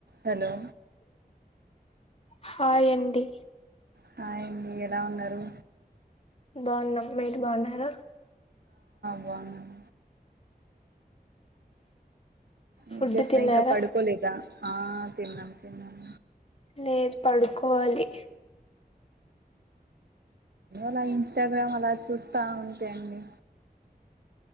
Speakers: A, on the right; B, on the left.
A: Hello
B: హాయండి
A: hi అండి ఎలా ఉన్నారు
B: బావున్నాం మీరు బావున్నార
A: బాగున్నాం
B: ఫుడ్
A: ఎంచేస్తున్నావ్
B: తిన్నారా
A: ఇంకా పడుకోలేదా ఆ తిన్నాం తిన్నాం
B: లేద్ పడుకోవాలి
A: అలా ఇంస్టాగ్రామ్ అలా చూస్తా ఉంటా అండి